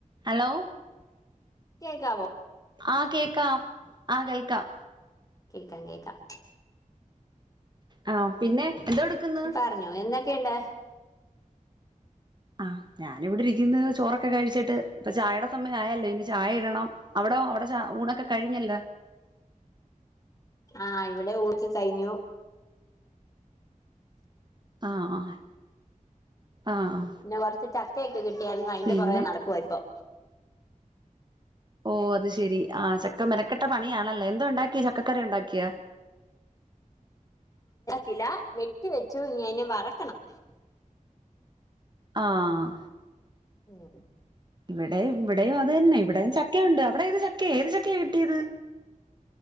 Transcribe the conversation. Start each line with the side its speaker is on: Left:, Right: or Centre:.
Right: Hello
Left: കേൾക്കാവോ
Right: ആഹ് കേക്കാം ആഹ് കേൾക്കാം
Left: കേക്കാം കേക്കാം
Right: ആഹ് പിന്നെ എന്തോ എടുക്കുന്നു
Left: പറഞ്ഞോ എന്തൊക്കെയുണ്ട്
Right: ആഹ് ഞാൻ ഇവിടെ ഇരിക്കുന്ന് ചോറൊക്കെ കഴിച്ചിട്ട് ഇപ്പോ ചായയുടെ സമയം ആയല്ലോ ഇനി ചായ ഇടണം അവിട അവിടെ ഊണൊക്കെ കഴിഞ്ഞല്ല
Left: ആഹ് ഇവിടെ ഊണ് കഴിഞ്ഞു
Right: ആഹ് ആഹ് ആഹ്
Left: പിന്നെ കൊറച്ച് ചക്കയൊക്കെ കിട്ടിയാരുന്നു അതിന്റെ
Right: പിന്നെ
Left: പുറകെ നടക്കുവ ഇപ്പൊ
Right: ഓ അത് ശെരി ആ ചക്ക മെനക്കട്ട പണിയാണല്ലോ എന്തതുണ്ടാക്ക ക്കി ചക്കക്കറി ഉണ്ടാക്കിയ
Left: അല്ല വെട്ടി വെച്ചു ഇനി അെ വറക്കണം
Right: ആഹ്
Left: ഉം
Right: ഇവിടെ ഇവിടെയും അത് തന്നെ ഇവിടെ ച ചക്കുണ്ട് അവിടെ ഏത് ചക്ക ഏത് ചക്കയ കിട്ടിയത്